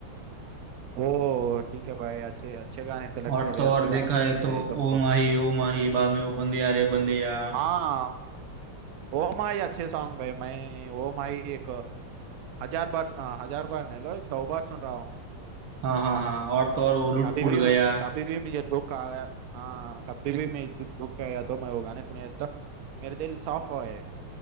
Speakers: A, on the right (about 70°); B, on the right (about 85°).
A: ओ ठीक है भाई अच्छे अच्छे गाने सेलेक्ट
B: और
A: करे
B: तो और
A: अच्छे
B: देखा
A: गाने
B: है
A: पसंद
B: तो
A: आए तुमको
B: ओ माही ओ माही बाद में वो बंदे आ रे बंदे आ
A: हाँ ओ माही अच्छे सॉन्ग भाई मैं ओ माही एक हजार बार हाँ हजार बार नहीं लो एक सौ बार सुन रहा हूँ
B: हाँ हाँ हाँ और तो और वो लुट
A: कभी
B: पुट
A: भी
B: गया
A: मैं कभी भी मुझे दुख आया हाँ कभी भी मैं कुछ दुख आया तो मैं वो गाने सुने तो मेरे दिल साफ हो जाएगा